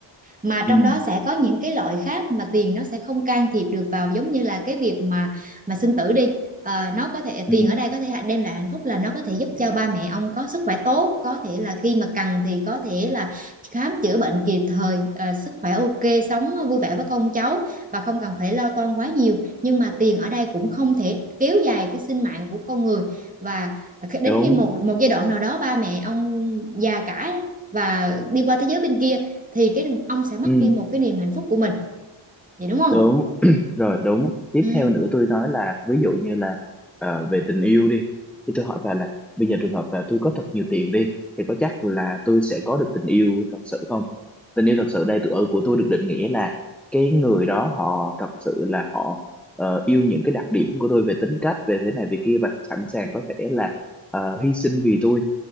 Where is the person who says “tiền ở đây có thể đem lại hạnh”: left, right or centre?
Right